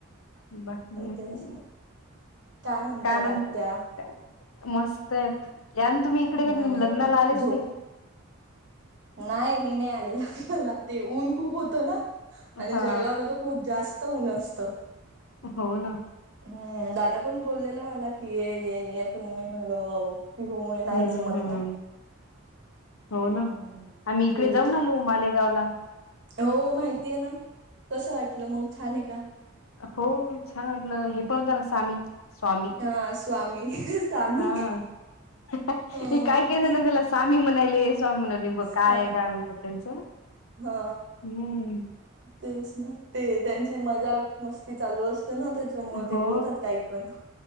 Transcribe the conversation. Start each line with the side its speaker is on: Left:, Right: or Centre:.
Left: बाकी <unintelligible>
Right: तेच
Left: का.. य..
Right: ना म्हणतात
Left: काय म्हणते-मस्तत
Right: आत्या
Left: यान तुम्ही इकडे
Right: हम्म
Left: लग्नाला आलेच
Right: झोप
Left: नाही.
Right: नाही मी नाही आलेलं ला <inaudible> ते ऊन खूप होतं ना आणि
Left: हा
Right: जळगावला तर खूप जास्त त ऊन असतं.
Left: हो ना.
Right: हम्म दादा पण बोललेला मला की ये- ये- ये पण मी म्हणल पिहूमुळे नाही
Left: हम्म
Right: जमत
Left: हम्म
Right: ना.
Left: हो ना..
Right: हम्म
Left: आम्ही
Right: पिऊ
Left: इकडे जाऊन
Right: त्रा
Left: आलो मालेगावला
Right: हो माहिती आहे ना.. कसं वाटलं मग छान आहे का? <inaudible>
Left: हो.. छान वाटलं हे पण होत ना सामी स्वामी
Right: हा स्वामी स्वामी
Left: हा <inaudible> हे
Right: ह
Left: काय झाण <unintelligible> त्याला स्वामी म्हणायले स्वामी म्हणाले ग
Right: सा
Left: काय का म <unintelligible> म्हटल्याचं
Right: हा
Left: हम्म
Right: तेच म ते त्यांची मजाक मस्ती चालू असते ना त्या त्यामुळं ते
Left: हो
Right: बोलतात काही पण